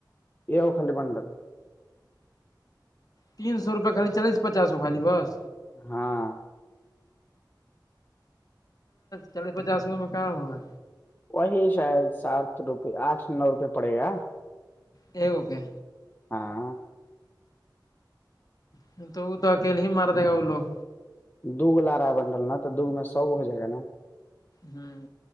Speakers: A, on the left; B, on the left.
A: یہ آو خالی بنڈل
B: تین سو روپئے خالی چلیس پچس ہو خالی بس
A: ہاں
B: چالیس پچاس میں کہاں ہوگا
A: وہی شاید سات روپے آٹھ نو روپئے پڑے گا
B: اے ہو گے
A: ہاں
B: پھر تو وہ تو اکے نہیں مار دے گا وہ لوگ
A: دو لا رہا ہے بنڈل نا تو دو میں سو ہو جائے گا نا
B: ہمم